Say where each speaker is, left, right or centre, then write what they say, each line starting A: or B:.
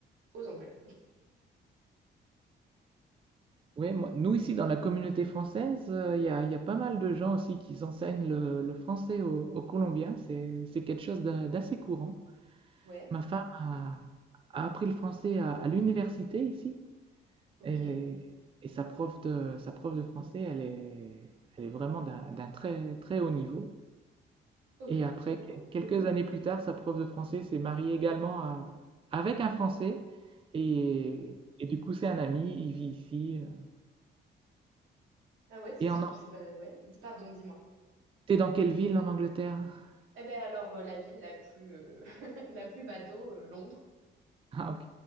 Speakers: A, on the right (about 85°); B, on the right (about 25°).
A: aux Anglais.
B: Oui, nous ici dans la communauté française, euh, il y a, il y a pas mal de gens aussi qui enseignent le, le français aux, aux Colombiens. C'est, c'est quelque chose d'a- d'assez courant.
A: Ouais,
B: Ma femme a, a appris le français à, à l'université ici.
A: ok,
B: Et, et sa prof de, sa prof de français, elle est, elle est vraiment d'un d'un très, très haut niveau.
A: ok,
B: Et après,
A: trop cool.
B: quelques années plus tard, sa prof de français s'est mariée également à- avec un Français. Et, et du coup, c'est un ami, il vit ici. euh.
A: Ah ouais, c'est
B: Et
A: su-
B: en,
A: c'est pas ouais. dis- Pardon, dis-moi.
B: t'es dans quelle ville en Angleterre? <laughs>
A: Eh ben alors, euh, la ville la plus euh, <laughs> la plus bateau, euh, Londres.
B: Ah, ok.